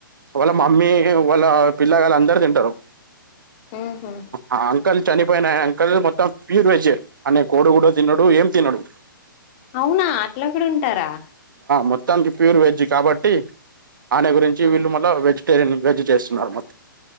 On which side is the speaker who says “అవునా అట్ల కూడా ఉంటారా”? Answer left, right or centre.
Left